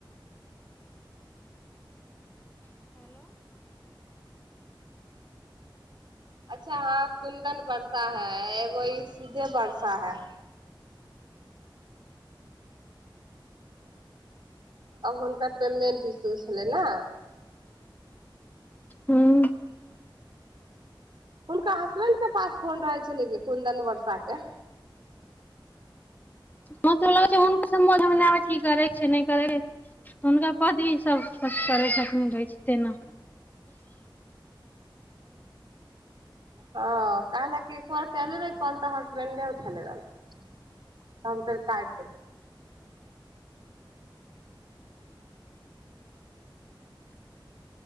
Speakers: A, on the right; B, on the left.
A: अच्छा हँ कुन्दन वर्षा है एगो ई सीधे वर्षा है अब हुनकर पेमेंट इस्यू छलै ने
B: हुँ
A: हुनका हसबेंड के पास फोन रहै छलै कि कुन्दन वर्षा के
B: मतलब हुनकर समझ मे नै आबै छै की करै छै नहि करै छै हुनकर पत्नी सँ सबकछु करै छथिखन रहै छै तेना
A: हँ काहेला की एक बार केए रहा कॉल त हम फोन नहि उठेल रहा फेर हम काटि